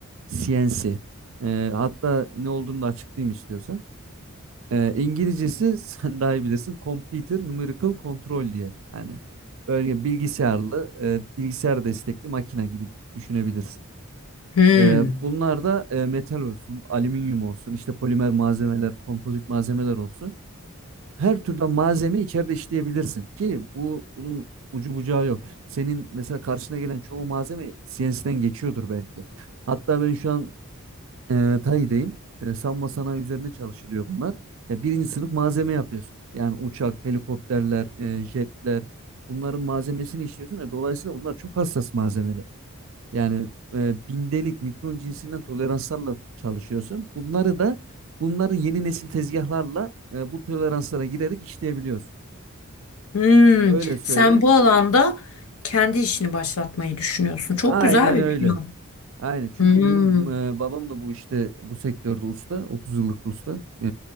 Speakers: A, on the right; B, on the left.
A: CNC. Ee, hatta ne olduğunu da açıklayayım istiyorsan. Ee, İngilizcesi <laughs> sen daha iyi bilirsin. Computer Numerical Control diye. Yani böyle bilgisayarlı, e, bilgisayar destekli makine gibi düşünebilirsin.
B: Hmm.
A: Ee, bunlar da e, metal olsun, alüminyum olsun, işte polimer malzemeler, kompozit malzemeler olsun. Her türden malzeme içeride işleyebilirsin ki bu bunun ucu bucağı yok. Senin mesela karşına gelen çoğu malzeme CNC'den geçiyordur belki. Hatta ben şu an e, TAI'deyim. E, savunma sanayi üzerine çalışılıyor bunlar. Ya birinci sınıf malzeme yapıyorsun. Yani uçak, helikopterler, e, jetler bunların malzemesini işliyorsun. E, dolayısıyla bunlar çok hassas malzemeler. Yani e, bindelik, mikron cinsinden toleranslarla çalışıyorsun. Bunları da bunları yeni nesil tezgahlarla e, bu toleranslara girerek işleyebiliyorsun.
B: Hmm,
A: Öyle söyleyeyim.
B: sen bu alanda kendi işini başlatmayı düşünüyorsun. Çok
A: Aynen
B: güzel bir
A: öyle.
B: plan.
A: Aynen çünkü
B: Hmm.
A: benim e, babam da bu işte bu sektörde usta 30 yıllık bir usta E,